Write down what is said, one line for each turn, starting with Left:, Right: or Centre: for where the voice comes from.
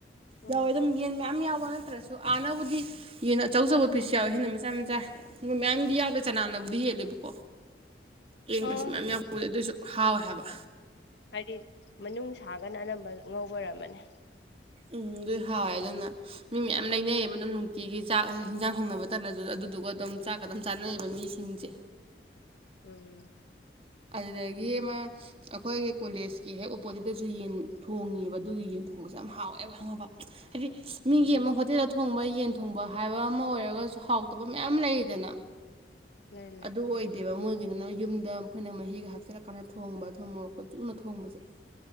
Left: ꯎꯝ
Right: ꯌꯥꯎꯋꯦ ꯑꯗꯨꯝ ꯌꯦꯟ ꯃꯌꯥꯝ ꯌꯥꯎꯕ ꯅꯠꯇ꯭ꯔꯁꯨ ꯑꯥꯅꯕꯨꯗꯤ ꯌꯦꯟꯅ ꯑꯆꯧ ꯑꯆꯧꯕ ꯄꯤꯁ ꯌꯥꯎꯋꯦ ꯁꯥꯅ ꯃꯆꯥ ꯃꯆꯥ ꯃꯌꯥꯝꯗꯤ ꯌꯥꯎꯗꯦ ꯆꯅꯥꯅꯕꯨꯗꯤ ꯍꯦꯜꯂꯦꯕꯀꯣ ꯌꯦꯟꯒꯁꯨ
Left: ꯑꯣ
Right: ꯃꯥꯏꯌꯥꯝ ꯌꯥꯎꯕꯇꯦ ꯑꯗꯨꯁꯨ ꯍꯥꯎꯋꯦ ꯍꯥꯏꯕ
Left: ꯍꯥꯏꯗꯤ ꯃꯅꯨꯡꯁꯥꯒꯅ ꯑꯅꯝꯕ ꯉꯧꯕ ꯑꯣꯏꯔꯝꯃꯅꯤ
Right: ꯎꯝ ꯗꯨꯏ ꯍꯥꯎꯋꯦ ꯑꯗꯨꯅ ꯃꯤ ꯃꯌꯥꯝ ꯂꯩꯅꯩꯌꯦꯕ ꯑꯗꯨꯝ ꯅꯨꯡꯇꯤꯒꯤ ꯆꯥꯛ ꯍꯦꯟꯖꯥꯡ ꯊꯣꯡꯅꯕ ꯇꯜꯂꯁꯨ ꯑꯗꯨꯗꯨꯒ ꯑꯗꯨꯝ ꯆꯥꯛ ꯀ ꯑꯗꯨꯝ ꯆꯥꯟꯅꯩꯕ ꯃꯤꯁꯤꯡꯁꯦ
Left: ꯎꯝ
Right: ꯑꯗꯨꯗꯒꯤ ꯑꯃ ꯑꯩꯈꯣꯏꯒꯤ ꯀꯣꯂꯦꯖꯀꯤ ꯍꯦꯛ ꯑꯣꯄꯣꯖꯤꯠꯇꯁꯨ ꯌꯦꯟ ꯊꯣꯡꯉꯤꯌꯦꯕ ꯑꯗꯨꯒꯤ ꯌꯦꯟ ꯊꯣꯡꯕꯁꯦ ꯌꯥꯝ ꯍꯥꯎꯋꯦꯕ ꯈꯪꯉꯕ ꯍꯥꯏꯗꯤ ꯃꯤꯒꯤ
Left: ꯎꯝ
Right: ꯑꯃ ꯍꯣꯇꯦꯜꯗ ꯊꯣꯡꯕ ꯌꯦꯟ ꯊꯣꯡꯕ ꯍꯥꯏꯕ ꯑꯃ ꯑꯣꯏꯔꯒꯁꯨ ꯍꯥꯎꯇꯕ ꯃꯌꯥꯝ ꯂꯩꯗꯅ
Left: ꯂꯩ ꯂꯩ
Right: ꯑꯗꯨ ꯑꯣꯏꯗꯦꯕ ꯃꯣꯏꯒꯤꯗꯨꯅ ꯌꯨꯝꯗ ꯃꯈꯣꯏꯅ ꯃꯍꯤꯒ ꯍꯥꯞꯆꯤꯜꯂꯛꯀꯥꯟꯗ ꯊꯣꯡꯕ ꯊꯨꯝ ꯃꯣꯔꯣꯛꯀ ꯆꯨꯅ ꯊꯣꯡꯕꯁꯦ